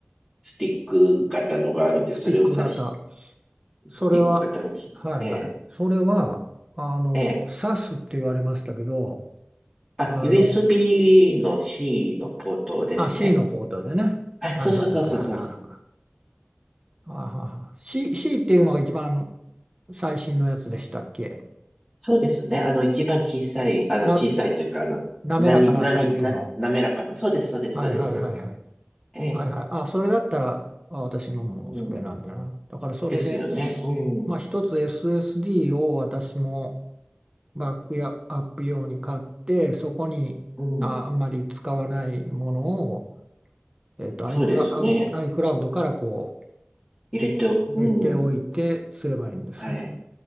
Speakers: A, in the centre; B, on the right.
A: スティック型のがあるんで、
B: スティック型。
A: それを挿し、
B: それは、
A: スティック型のち、
B: はいはい。
A: えー、
B: それは、あの、
A: えー、
B: s ス s って言われましたけど、
A: あ、
B: あの、
A: USB の C のポートですね。
B: あ、C のポートでね。
A: あ、
B: はいはいはいはいはい。
A: そうそうそうそうそうそう。
B: あはは C、C っていうのが一番最新のやつでしたっけ
A: そうですね。あの、一番小さい、あの、
B: な、
A: 小さいというか、あの、
B: 滑らかなタイプの。
A: 何、何、な、滑らかな。そうです、そうです、
B: はいはいはいはい。
A: そうです。ええ、
B: はいはい。あ、それだったら、あ、私のもそれなんだな。
A: うん。
B: だからそれで、
A: ですよね。うん。
B: まあ一つ
A: う
B: SSD を私もバックやアップ用に買って、そこにあ、
A: ん。
B: あんまり使わないものを、えっと、iCloud、
A: そうですね。
B: iCloud からこ
A: 入れておく。
B: う入れておいてすればいいんですね。
A: うん。はい。